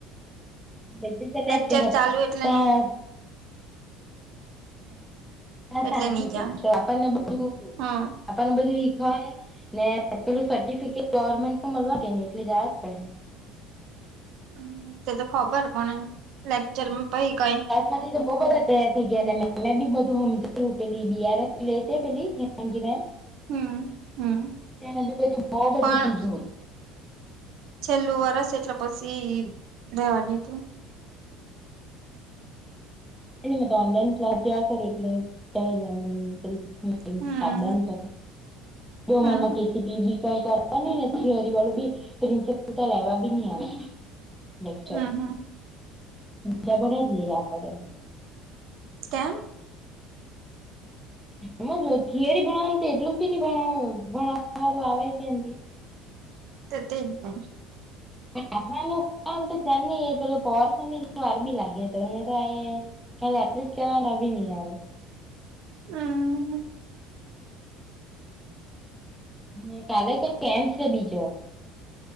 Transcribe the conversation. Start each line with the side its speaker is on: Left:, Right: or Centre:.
Centre: લેક્ચર ચાલ્યા
Right: લેક્ચર
Centre: જ કરે આપણા
Right: ચાલુ એટલે
Centre: તા
Right: નહી
Centre: હ
Right: એટલે
Centre: સાત <unintelligible>
Right: નહી જવાની
Centre: આપણને બધું
Right: હમ
Centre: આપણને બધું હીખવાડે. ને પેલું સર્ટિફિકેટ ગવર્મેન્ટ નુ મળલા કે ની એટલે જાવા જ પડહે.
Right: હમ્મ તે તો ખબર પણ લેક્ચરમાં પહી કઈ
Centre: તેનાથી તો બો બધા તૈયાર થઈ ગયા ને મે મેબી બધુ હમજાયું પેલી ડી આર એફ લે તે પેલી હી હેંકી બેન
Right: હમ હમ
Centre: તેનાથી બધુ બો બધું
Right: પણ
Centre: કીધુ.
Right: છેલ્લું વરસ એટલે પછી રહેેવા દીધું.
Centre: કંઈ નહિ મેં તો ઓનલાઇન ક્લાસ જાયા કરું એટલે કંઈ નહીં પેલું. <unintelligible>
Right: હમ
Centre: આપદા ની પડે જો અમારામાં
Right: હમ
Centre: કેસીપીબી કઈ કરવા નને થિયરી વાળું બી પ્રિન્સિપલ તો લેવા બી નહી આવે. લેચર
Right: હમ હમ
Centre: બીજા બધ જ લઈયા કરે.
Right: કેમ.
Centre: હમાં જો થિયરી ભણાવવા એટલું જ બી નણ ભણાવર આવે કે. <inaudible>
Right: તો તે જ ને.
Centre: <inaudible> તો ચ ન એ પે પોરસની વાર બી લાગે તો એ તો એ ખા એટલી ખલા નહી આવે.
Right: હમ.
Centre: હ કાલે કઈ કેમ છે બીજો.